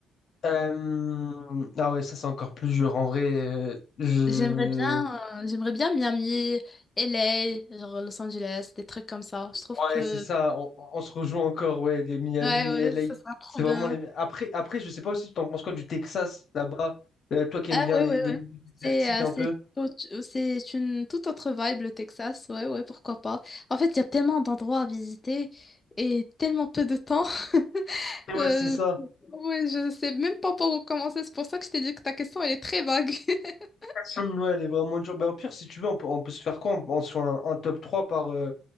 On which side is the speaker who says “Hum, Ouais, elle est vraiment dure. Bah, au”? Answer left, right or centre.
Left